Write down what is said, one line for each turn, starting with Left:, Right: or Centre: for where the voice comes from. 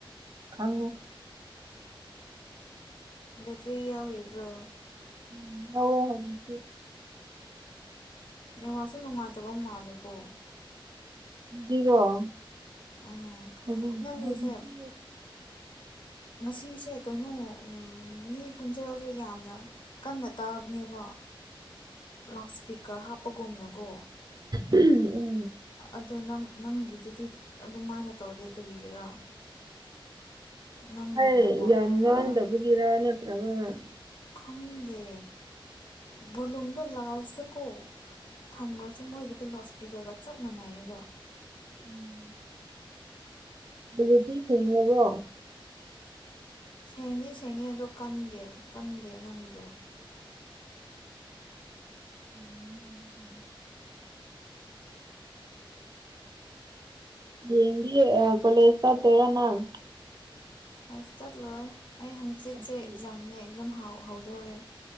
Right: ꯈꯪꯉꯨ꯫
Left: ꯕꯦꯇ꯭ꯔꯤ ꯌꯥꯎꯔꯤꯕ꯭ꯔꯣ꯫
Right: <inaudible>
Left: ꯅꯦꯋꯥꯛꯁꯨ ꯅꯨꯡꯉꯥꯏꯇꯕ ꯃꯥꯜꯂꯦꯀꯣ꯫
Right: ꯍꯧꯖꯤꯛꯔꯣ
Left: ꯎꯝ
Right: ꯍꯧꯖꯤꯛ
Left: ꯅꯪꯒꯤꯁꯦ
Right: ꯍꯧꯖꯤꯛꯇꯤ
Left: ꯉꯁꯦ ꯀꯩꯅꯣ ꯎꯝ ꯃꯤ ꯈꫭꯟꯖꯦꯜꯁꯨ ꯌꯥꯝꯅ ꯀꯟꯅ ꯇꯥꯕꯅꯦꯕ ꯂꯥꯎꯠ ꯏꯁ꯭ꯄꯤꯀꯔ ꯍꯥꯞꯄꯒꯨꯝꯅꯀꯣ꯫
Right: ꯎꯝ
Left: ꯑꯗꯣ ꯅꯪ ꯅꯪꯒꯤꯗꯨꯗꯤ ꯑꯗꯨꯃꯥꯏꯅ ꯇꯧꯗꯦ ꯀꯔꯤꯒꯤꯔꯥ ꯅꯪꯒꯤ
Right: ꯑꯩ
Left: ꯅꯦꯠꯋꯥꯛꯅꯔꯥ
Right: ꯌꯥꯝ ꯉꯥꯡꯗꯕꯒꯤꯔ ꯅꯠꯇꯔꯒ
Left: ꯈꯪꯗꯦ ꯕꯣꯂꯨꯝꯗꯣ ꯂꯥꯜꯁꯇꯀꯣ ꯊꯝꯔꯁꯨ ꯃꯣꯏꯒꯤꯗꯣ ꯂꯣꯁꯄꯤꯈ꯭ꯔꯒ ꯆꯞ ꯃꯥꯟꯅꯩꯌꯦꯕ
Right: ꯎꯝ ꯑꯗꯨꯗꯗꯤ ꯁꯦꯡꯂꯕꯣ
Left: ꯁꯦꯡꯗꯤ ꯁꯦꯡꯉꯦ ꯑꯗꯣ ꯀꯟꯗꯦꯕ ꯀꯟꯗꯦ ꯅꯪꯒꯤꯗꯣ
Right: ꯎꯝ ꯍꯌꯦꯡꯗꯒꯤ ꯑꯥ ꯀꯣꯂꯦꯖ ꯆꯠꯇꯣꯏꯔ ꯅꯪ
Left: ꯑꯥꯁ ꯆꯠꯂꯣꯏ ꯑꯩ ꯍꯥꯡꯆꯤꯠꯁꯦ
Right: ꯁꯨꯇꯤ
Left: ꯑꯦꯛꯖꯥꯝꯅꯦ ꯑꯦꯛꯖꯥꯝ ꯍꯧ ꯍꯧꯗꯣꯔꯦ